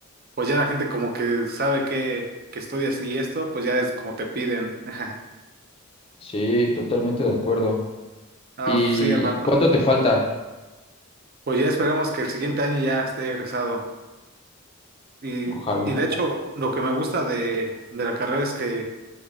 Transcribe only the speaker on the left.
Sí, totalmente de acuerdo.
¿Y
cuánto te falta?
Ojalá.